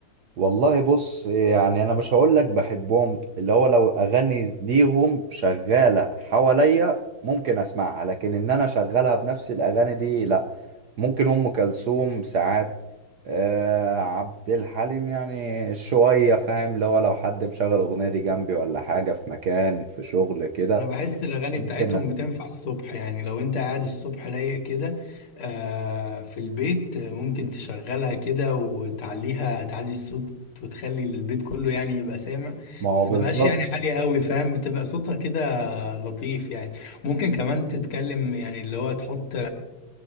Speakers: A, on the right; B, on the left.
A: والله بص يعني انا مش هقول لك بحبهم اللي هو لو اغاني ليهم شغالة حواليا ممكن اسمعها لكن ان انا شغالها بنفس الاغاني دي لا ممكن ام كلثوم ساعات آه عبد الحليم يعني شوية فاهم اللي هو لو حد مشغل اغنية دي جنبي ولا حاجة في مكان في شغل كده
B: انا بحس الاغاني
A: ممكن
B: بتاعتهم
A: أسمع.
B: بتنفع الصبح يعني لو انت قاعد الصبح رايق كده آه في البيت آه، ممكن تشغلها كده وتعليها تعلي الصوت وتخلي البيت كله يعني يبقى سامع
A: ما هو
B: بس
A: بالظبط
B: ما تبقاش يعني عالية قوي فاهم بتبقى صوتها كده لطيف يعني ممكن كمان تتكلم يعني اللي هو تحط